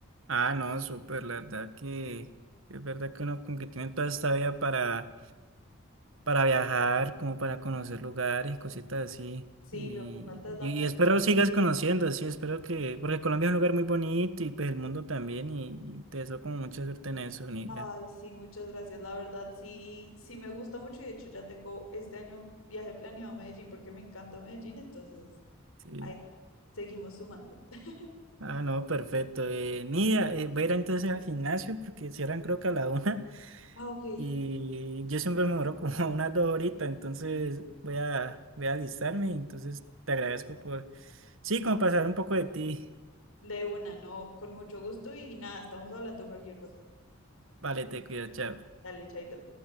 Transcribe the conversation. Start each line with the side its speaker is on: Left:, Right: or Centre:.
Right: Ah, no, súper, la verdad que es verdad que uno como que tiene toda esta vida para para viajar, como para conocer lugares y cositas así.
Left: Sí,
Right: Y,
Left: lo que falta es la
Right: y, y
Left: plata.
Right: espero sigas conociendo, así espero que, porque Colombia es un lugar muy bonito y pues el mundo también, y, y te deseo como mucha suerte en eso, Nidia.
Left: Ay, sí, muchas gracias. La verdad, sí, sí me gusta mucho y de hecho ya tengo este año viaje planeado a Medellín porque me encanta Medellín, entonces
Right: Sí.
Left: ahí seguimos sumando. <laughs>
Right: Ah, no, perfecto. Eh, Nidia, eh, voy a ir entonces al gimnasio porque cierran creo que a la <laughs> una.
Left: Ah, ok.
Right: Y yo siempre me demoro como <laughs> unas dos horitas, entonces voy a, voy a alistarme, entonces te agradezco por, sí, como pasar un poco de ti.
Left: De una, no, con mucho gusto y nada, estamos hablando cualquier cosa.
Right: Vale, te cuido, chao.
Left: Dale, chaito.